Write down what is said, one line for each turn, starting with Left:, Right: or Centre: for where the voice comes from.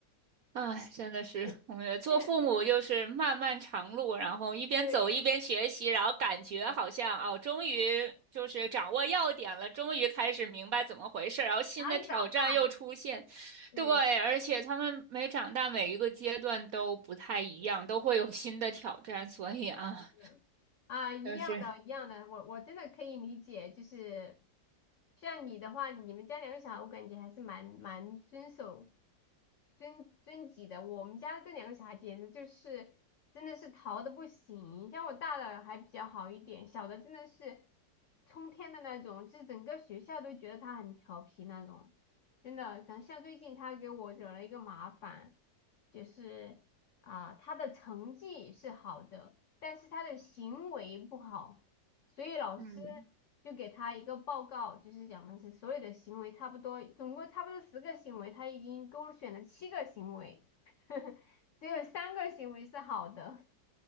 Right: 唉，真的是，
Left: 对，
Right: 我们做父母就是漫漫长路，
Left: 真的
Right: 然后一边走一边学习，
Left: 对，
Right: 然后感觉好像哦，
Left: 对嗯
Right: 终于就是掌握要点了，终于开始明白怎么回事，然后新的挑战又出现。
Left: 然后也长大了，对。
Right: 对，而且他们每长大每一个阶段都不太一样，都会有新的挑战，所以啊，
Left: 是的，啊，一样的，
Right: 就是
Left: 一样的，我我真的可以理解，就是像你的话，你们家两个小孩，我感觉还是蛮蛮遵守遵遵纪的。我们家这两个小孩简直就是真的是淘的不行，像我大的还比较好一点，小的真的是冲天的那种，就是整个学校都觉得他很调皮那种，真的。像像最近他给我惹了一个麻烦。就是啊，他的成绩是好的，但是他的行为不好，所以老师
Right: 嗯
Left: 就给他一个报告，就是讲的是所有的行为差不多，总共差不多十个行为，他已经勾选了七个行为，<laughs> 只有三个行为是好的，